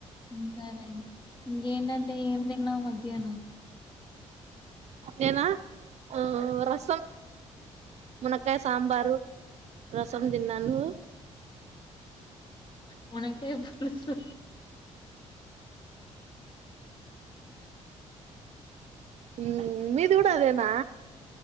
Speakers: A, on the left; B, on the right.
A: ఇంకానండి ఇంకేంటంటే ఏం లే తిన్నా మధ్యాహ్నం
B: కేనా ఆ ఆ రసం మునకాయ్ సాంబారు, రసం తిన్నా నువ్వు
A: మునక్కాయ్ పులుసు
B: మ్మ్ మీది కూడా అదేనా